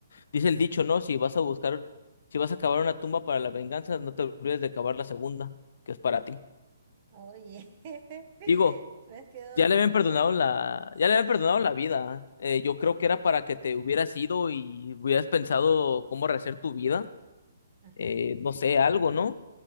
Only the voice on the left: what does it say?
dice el dicho, ¿no? Si vas a buscar, si vas a cavar una tumba para la venganza, no te olvides de cavar la segunda, que es para ti.
Digo,
ya le
habían
perdonado
la,
ya le habían
perdonado la vida. Eh, yo creo que era para que te hubieras ido y hubieras pensado cómo rehacer tu vida.
Eh, no sé, algo, ¿no?